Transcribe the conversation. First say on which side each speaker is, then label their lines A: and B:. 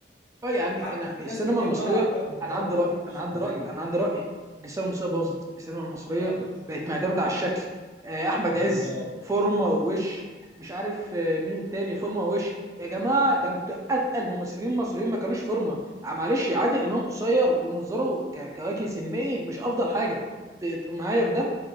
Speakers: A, on the right; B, on the left.
A: اه يا عمي
B: حتى
A: انا
B: في
A: السينما
B: ناس كتير
A: المصريه
B: طلعت دلوقتي صغيره
A: انا عندي
B: برضه
A: راي انا
B: مش
A: عندي
B: زيه
A: راي انا عندي راي ان السينما المصريه باظت السينما المصريه
B: خالص
A: بقت معتمده على الشكل آه، احمد
B: بالظبط
A: عز فورمه ووش مش عارف آه، مين تاني فورمه ووش يا جماعه ده انتوا اتقل ممثلين مصريين ما كانوش فورمه آه، معلش عادل امام قصير ومنظره ك- كوجه سينمائي مش افضل حاجه ت- ت- معايا في ده